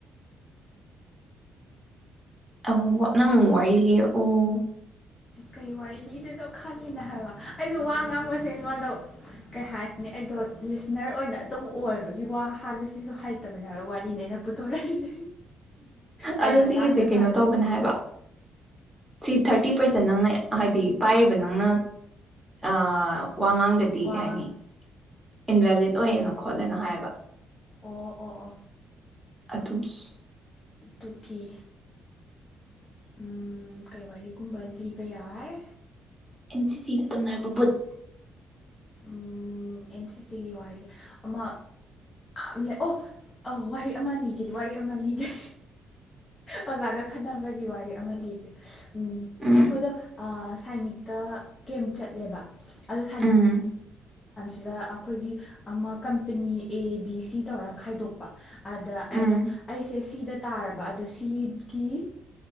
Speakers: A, in the centre; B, on the left.
A: ꯑꯧ ꯅꯪ ꯑꯃꯨꯛ ꯋꯥꯔꯤ ꯂꯤꯔꯛ ꯑꯣ
B: ꯀꯩ ꯋꯥꯔꯤ ꯂꯩꯗꯣꯏꯅꯣ ꯈꯜꯂꯤꯅ ꯍꯥꯏꯕ ꯑꯩꯁꯨ ꯋꯥ ꯉꯥꯡꯕꯁꯦ ꯑꯩꯉꯣꯟꯗ ꯀꯩ ꯍꯥꯏꯅꯤ ꯑꯩꯗꯣ ꯂꯤꯁꯅꯔ ꯑꯣꯏꯅ ꯑꯗꯨꯝ ꯑꯣꯏꯕꯒꯤ ꯋꯥ ꯍꯥꯏꯕꯁꯤꯁꯨ ꯍꯩꯇꯕꯅꯦ ꯍꯥꯏꯕ ꯋꯥꯔꯤꯅꯦ ꯑꯩꯅ ꯄꯨꯊꯣꯔꯛꯏꯁꯦ ꯀꯩ
A: ꯑꯗꯨ
B: ꯃꯇꯥꯡꯗ
A: ꯁꯤꯒꯤꯁꯦ ꯀꯩꯅꯣ
B: ꯁꯥꯟꯅꯁꯤꯒꯦ
A: ꯇꯧꯕꯅꯦ ꯍꯥꯏꯕ ꯁꯤ ꯊꯥꯔꯇꯤ ꯄꯥꯔꯁꯦꯟ ꯅꯪꯅ ꯍꯥꯏꯗꯤ ꯄꯥꯏꯔꯤꯕ ꯅꯪꯅ ꯑꯥ ꯋꯥꯉꯥꯡꯗꯗꯤ
B: ꯋꯥ
A: ꯀꯩ ꯍꯥꯏꯅꯤ
B: ꯉꯥꯡ
A: ꯏꯟꯚꯦꯂꯤꯠ ꯑꯣꯏꯌꯦꯅ
B: ꯑꯣ ꯑꯣ
A: ꯈꯣꯠꯂꯦꯅ ꯍꯥꯏꯌꯦꯕ
B: ꯑꯣ ꯑꯣ ꯑꯣ
A: ꯑꯗꯨꯒꯤ
B: ꯇꯨꯀꯤ ꯎꯝ ꯀꯩ ꯋꯥꯔꯤꯒꯨꯝꯕ ꯂꯤꯕ ꯌꯥꯏ
A: ꯑꯦꯟ ꯁꯤ ꯁꯤꯗ ꯇꯝꯅꯔꯛꯄ ꯕꯨꯨꯠ
B: ꯎꯝ ꯑꯦꯟ ꯁꯤ ꯁꯤꯒꯤ ꯋꯥꯔꯤꯁꯦ ꯑꯃ ꯃꯌꯥꯝ ꯂꯩ ꯑꯣ ꯋꯥꯔꯤ ꯑꯃ ꯂꯤꯒꯦ ꯋꯥꯔꯤ ꯑꯃ ꯂꯤꯒꯦ ꯑꯣꯖꯥꯒ ꯈꯟꯅꯅꯕꯒꯤ ꯋꯥꯔꯤ ꯑꯃ ꯂꯤꯒꯦ ꯎꯝ
A: ꯎꯝ
B: ꯑꯩꯈꯣꯏꯗꯣ ꯁꯥꯏꯅꯤꯛꯇ ꯀꯦꯝ ꯆꯠꯂꯦꯕ ꯑꯗꯣ ꯁꯥꯏ
A: ꯎꯝ
B: ꯑꯗꯨꯗ ꯑꯩꯈꯣꯏꯒꯤ ꯑꯃ ꯀꯝꯄꯅꯤ ꯑꯦ ꯕꯤ ꯁꯤ ꯇꯧꯔ ꯈꯥꯏꯗꯣꯛꯄ ꯑꯗ
A: ꯎꯝ
B: ꯑ ꯑꯩꯁꯦ ꯁꯤꯗ ꯇꯥꯔꯕ ꯑꯗꯣ ꯁꯤꯒꯤ